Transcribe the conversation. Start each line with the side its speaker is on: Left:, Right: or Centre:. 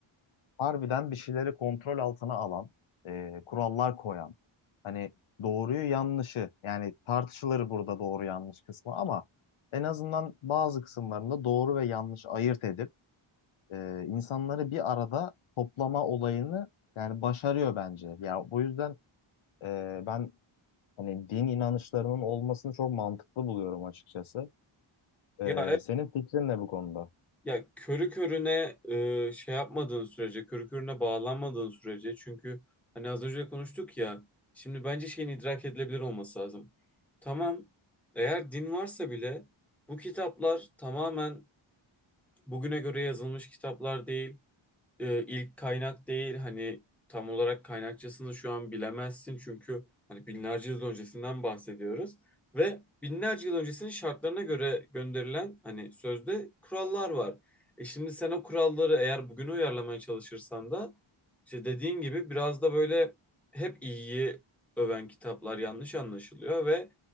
Left: harbiden bir şeyleri kontrol altına alan, eee, kurallar koyan. Hani doğruyu yanlışı yani tartışılır burada doğru yanlış kısmı ama en azından bazı kısımlarında doğru ve yanlış ayırt edip e, insanları bir arada toplama olayını yani başarıyor bence. Ya bu yüzden e, ben hani din inanışlarının olmasını çok mantıklı buluyorum açıkçası. E,
Centre: Ya
Left: senin fikrin ne bu konuda?
Centre: Ya körü körüne e, şey yapmadığın sürece, körü körüne bağlanmadığın sürece çünkü hani az önce de konuştuk ya şimdi bence şeyin idrak edilebilir olması lazım. Tamam eğer din varsa bile bu kitaplar tamamen bugüne göre yazılmış kitaplar değil e, ilk kaynak değil hani tam olarak kaynakçasını şu an bilemezsin çünkü hani binlerce yıl öncesinden bahsediyoruz ve binlerce yıl öncesinin şartlarına göre gönderilen hani sözde kurallar var. E şimdi sen o kuralları eğer bugüne uyarlamaya çalışırsan da işte dediğin gibi biraz da böyle hep iyiyi öven kitaplar yanlış anlaşılıyor ve